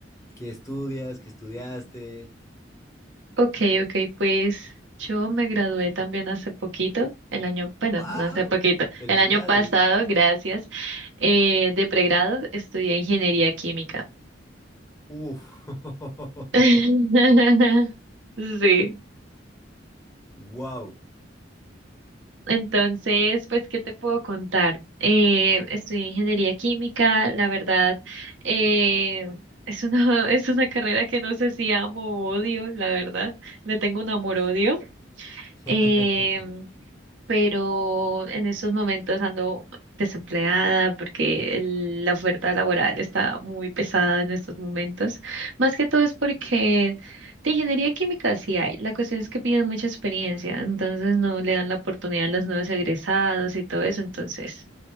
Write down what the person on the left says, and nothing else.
¿Qué estudias? ¿Qué estudiaste?
¡Wow!
¡Felicidades!
¡Uf! <laughs>
¡Wow!
Uf. <laughs>